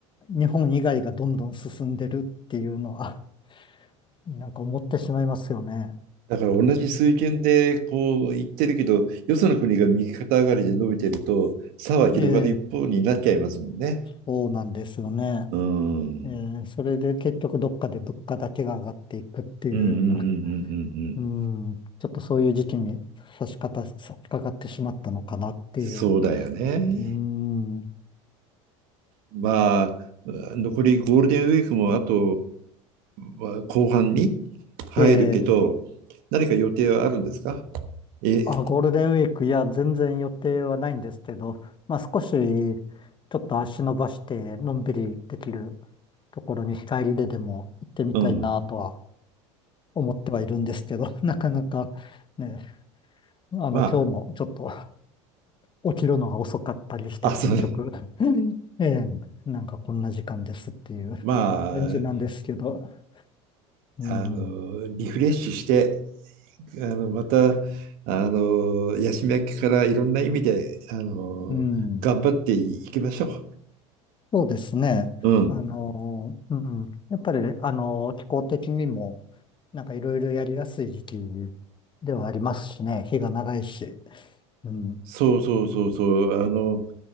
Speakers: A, on the left (about 30°); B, on the right (about 65°).
A: 日本以外がどんどん進んでるっていうのは、なんか思ってしまいますよね。
B: だから同じ水拳でこう言ってるけど、よその国が右肩上がりで伸びてると、差は広がる一方になっちゃいますもんね。
A: ええそうなんですよね。
B: うん。うん
A: えーそれで結局どっかで物価だけが上がっていくっていうような、
B: うんうんうんうんうん。
A: うん、ちょっとそういう時期に差し方、差し掛かってしまったのかなっていう。
B: そうだよね。
A: うん、
B: まあ、残りゴールデンウィークもあと、まあ後半に入るけど、
A: で、
B: 何か予定はあるんですかえ、
A: あ、ゴールデンウィーク、いや、全然予定はないんですけど、まあ少しちょっと足伸ばしてのんびりできるところに日帰りででも行ってみたいなとは
B: うん。
A: 思ってはいるんですけど、<laughs> なかなかね、あの、
B: ま
A: 今日もちょっと起きるのが遅かったりして、
B: あ、あ、
A: 結局、
B: そう、
A: うんええ、なんかこんな時間ですっていう
B: ま
A: 感じなんですけど、
B: あ、
A: うん、
B: あの、リフレッシュして、あのまたあのヤシメからいろんな意味であの頑張っていきましょ
A: うん、そうですね。
B: う。うん。
A: あの、うん、やっぱり、あの、気候的にも、なんかいろいろやりやすい時期ではありますしね、日が長いし、うん、
B: そうそうそうそう。あの